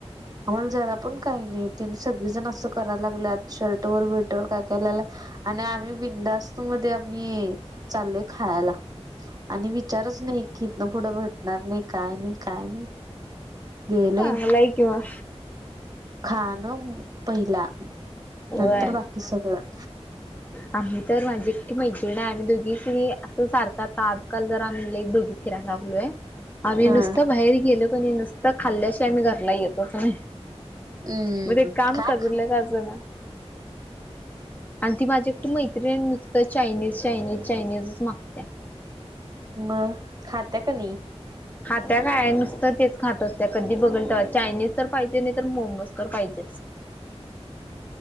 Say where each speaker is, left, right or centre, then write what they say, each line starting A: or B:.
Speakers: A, on the right; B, on the left.
A: आम्हाला जरा पण काही नाही, त्यांने सगळेजण असं करायला लागल्यात शर्ट वर बिरटं व काय काय लात आणि आम्ही बिंदास्तू मध्ये आम्ही चाललोय खायला. आणि विचारच नाही की इथन पुढं भेटणार नाही, काय नाही काय नाही गेले
B: चांगलंय कि मग.
A: खाण पहिला
B: होय.
A: नंतर बाकी सगळं.
B: आम्ही तर माझी एकटी मैत्रीण आहे, आम्ही दोघी क नई असं सारखा आता आजकल जरा लई दोघी फिरायला लागलोय आम्ही
A: हा
B: नुसतं बाहेर गेलो कि नई नुसतं खाल्ल्या शिवाय घरला येतंच नाही.
A: हम्म
B: मग एक काम
A: काय
B: कजरलं
A: खा
B: का अजं ना आणि ती माझी एकटी मैत्रिण नुसतं चायनीज, चायनीज, चायनीजच मागत्या
A: म खात्या का नाही?
B: खात्या काय नुसतं तेच खातात कधी बघलं तेव्हा चायनीज तर पाहिजे नाही तर मोमोज तर पाहिजेच.